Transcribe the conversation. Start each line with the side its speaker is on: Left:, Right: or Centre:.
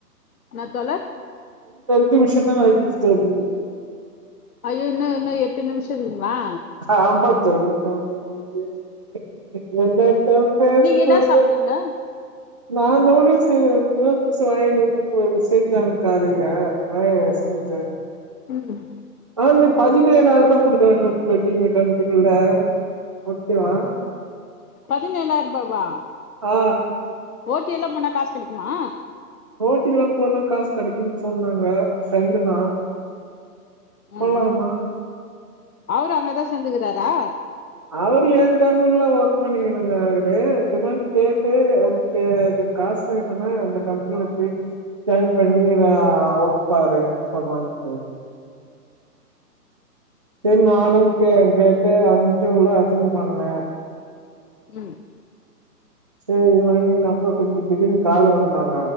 Left: என்ன தோழர்
Right: நிமிஷந்தா ஆயிகிச்சு தோழி
Left: ஐயோ இன்னு இன்னு எட்டு நிமிஷோ இருக்குங்களா
Right: ஆமா தோழி ஆமா <inaudible> என்னத்த பேசுறது
Left: நீங்க என்ன சாப்ட்டீங்க
Right: நா நூடுல்ஸ் செய்வே நூடுல்ஸு வாங் <unintelligible> செஞ்சாங்க காலையில நானே சம்ச்சே
Left: ம்
Right: ஆம் நீ பதினேழாயிரரூபா குடுக்கனு இன்னு எப்டி இந்த காமிக்கிறல ஓகேவா
Left: பதினேழாயிர் ரூபாவா
Right: ஆ
Left: ஓட்டி எல்லா பண்ணா காஸ் கெடைக்மா
Right: ஓட்டில்லா போனா காசு கெடைக்கும்னு சொன்னாங்க ஃப்ரெண்டுதா போலாமா
Left: ம் ம் அவரு அங்கதா சேந்துக்கிறாரா
Right: அவரு ஏ கம்பெனில்ல ஒர்க் பண்ணின்னுங்கிறாரு இதுதா கேட்டு அதுக்கு காசு வேணும்ன்னா அந்த கம்பெனில போ ஜாய்ன் பண்ணி அ ஒர்க் பாரு சொல்றாங்க தோழி செரி நானு
Left: ம்
Right: கே கேட் ட்டு அந்த இன்ட்ரியுலா அட்டன் பண்ணே
Left: உம்
Right: சரி நா எங்க அப்பா கூட்னு போய்ட்டு இன்னிக்கு கால்ல வந்தாங்க